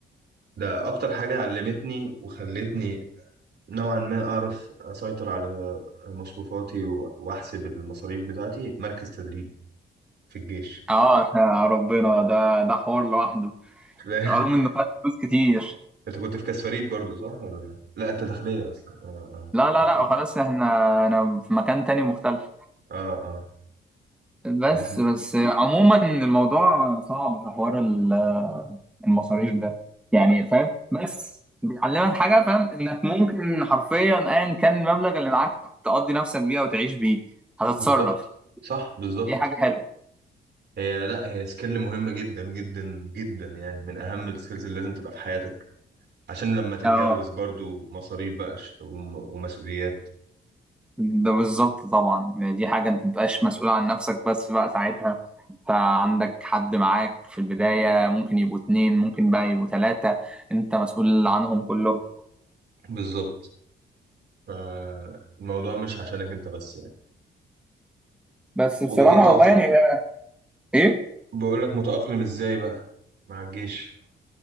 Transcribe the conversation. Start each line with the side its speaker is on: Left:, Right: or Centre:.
Right: ده أكتر حاجة علمتني وخلتني نوعا ما أعرف أسيطر على مصروفاتي و- وأحسب المصاريف بتاعتي مركز تدريب في الجيش
Centre: اه احنا ربنا ده ده حوار لوحده
Right: لا، <laughs>
Centre: رغم انه خد فلوس كتير
Right: أنت كنت في كاس فريد برضو صح ولا لا أنت داخلية أصلا آه
Centre: لا لا
Right: آه
Centre: لا وخلاص احنا انا في مكان تاني مختلف
Right: آه آه
Centre: بس
Right: يعني
Centre: بس عموما الموضوع صعب في حوار ال- المصاريف ده يعني فاهم بس بيعلمك حاجه فاهم انك ممكن حرفيا ايا كان المبلغ اللي معاك تقضي نفسك بيه وتعيش بيه هتتصرف
Right: بالظبط صح بالظبط
Centre: دي حاجه حلوه
Right: هي لا هي سكيل مهمة جدا جدا جدا يعني من أهم السكيلز اللي لازم تبقى في حياتك عشان لما تتجوز
Centre: اه
Right: برضو مصاريف بقى ش- وم- ومسؤوليات
Centre: ده بالظبط طبعا يعني دي حاجه انت متبقاش مسؤول عن نفسك بس بقى ساعتها انت عندك حد معاك في البدايه ممكن يبقوا اتنين ممكن بقى يبقوا تلاته انت مسؤول عنهم كلهم
Right: بالظبط فالموضوع مش عشانك أنت بس يعني
Centre: بس
Right: وإيه
Centre: بصراحه
Right: تأقلم
Centre: والله يعني هي- ايه
Right: بقول لك متأقلم إزاي بقى مع الجيش